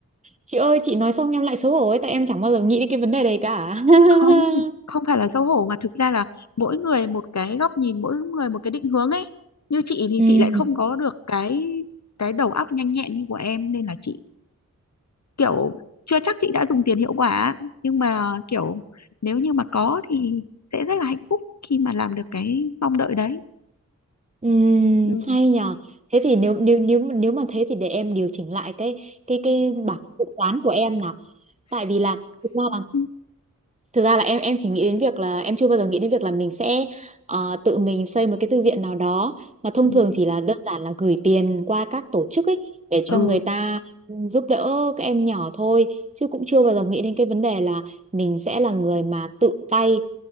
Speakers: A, on the right; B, on the left.
A: Chị ơi chị nói xong em lại xấu hổ ấy tại em chẳng bao giờ nghĩ đến cái vấn đề đấy cả
B: không
A: <laughs>
B: không phải là xấu hổ mà thực ra là mỗi người một cái góc nhìn mỗi người một cái định hướng ấy như chị thì
A: ừ,
B: chị lại không có được cái cái đầu óc nhanh nhẹn như của em nên là chị kiểu chưa chắc chị đã dùng tiền hiệu quả nhưng mà kiểu nếu như mà có thì sẽ rất là hạnh phúc khi mà làm được cái mong đợi đấy
A: ừ,
B: ừ
A: hay nhờ thế thì nếu nếu nếu nếu mà thế thì để em điều chỉnh lại cái cái cái bảng dự toán của em nào tại vì là thực ra là
B: ừ
A: Thực ra là em em chỉ nghĩ đến việc là em chưa bao giờ nghĩ đến việc là mình sẽ ờ, tự mình xây một cái thư viện nào đó mà thông
B: ừ,
A: thường chỉ là đơn giản là gửi tiền qua các tổ chức ấy để cho
B: ừ.
A: người ta giúp đỡ các em nhỏ thôi chứ cũng chưa bao giờ nghĩ đến cái vấn đề là mình sẽ là người mà tự tay